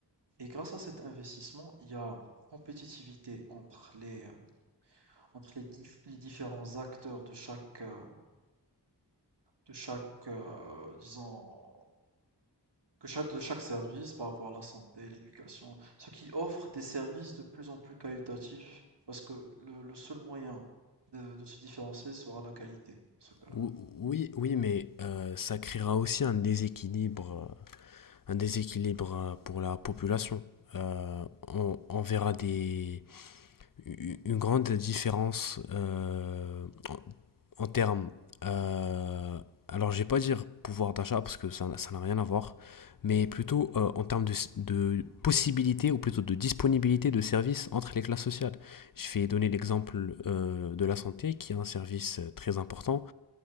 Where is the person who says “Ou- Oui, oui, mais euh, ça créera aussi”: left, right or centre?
Left